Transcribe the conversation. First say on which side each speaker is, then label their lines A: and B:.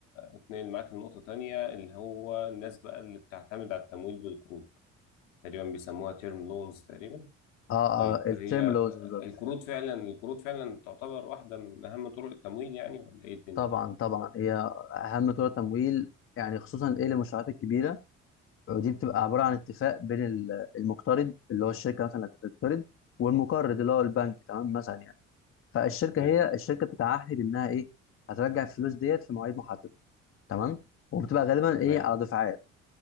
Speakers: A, on the left; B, on the left.
A: اتنقل معاك لنقطه تانية اللي هو الناس بقى اللي بتعتمد على التمويل بالقروض تقريبا بيسموها تيرم لونز تقريبا
B: اه
A: طيب
B: اه التيرم
A: هي
B: لونز بالظبط
A: القروض فعلا القروض فعلا تعتبر واحدة من أهم طرق التمويل يعني ولا إيه الدنيا؟
B: طبعا طبعا هي اهم طرق تمويل يعني خصوصا ايه للمشروعات الكبيره ودي بتبقى عباره عن اتفاق بين ال- المقترض اللي هو الشركه مثلا اللي بتقترض والمقرض اللي هو البنك تمام مثلا يعني فالشركه
A: حلو
B: هي الشركه بتتعهد انها ايه هترجع الفلوس ديت في مواعيد محدده تمام وبتبقى غالبا ايه
A: تمام
B: على دفعات